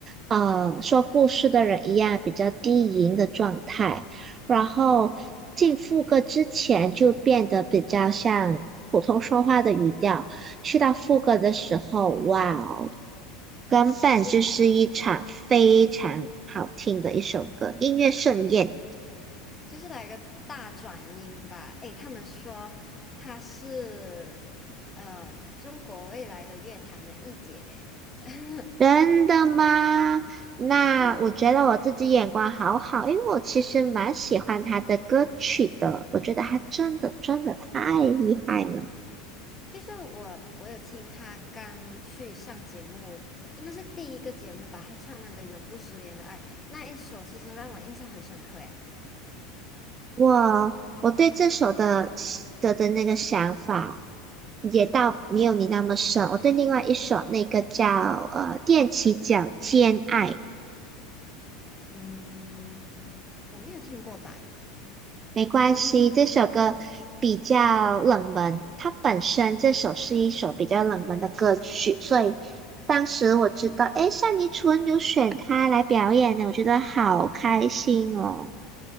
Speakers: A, on the right; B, on the left.
A: 呃，说故事的人一样比较低吟的状态，
B: 嗯
A: 然后进副歌之前就变得比较像普通说话的语调，
B: 嗯。
A: 去到副歌的时候，哇哦，根本就是一场非常好听的一首歌，
B: 直接。
A: 音乐盛宴。
B: 就是来个大转音吧。诶，他们说她是呃中国未来的乐坛的一姐嘞。<laughs>
A: 真的吗？那我觉得我自己眼光好好，
B: 嗯，
A: 因为我其实蛮喜欢他的歌曲的，我觉得他真的真的太厉害了。
B: 其实我我有听她刚去上节目，应该是第一个节目吧，她唱那个《永不失联的爱》那一首，其实让我印象很深刻。诶，
A: 我我对这首的的的那个想法也到没有你那么深。
B: 嗯
A: 我对另外一首那个叫呃踮起脚尖爱，
B: 嗯，我没有听过吧？
A: 没关系，
B: <laughs>
A: 这首歌比较冷门，它本身这首是一首比较冷门的歌曲，所以当时我知道，诶，单依纯有选它来表演呢，我觉得好开心哦。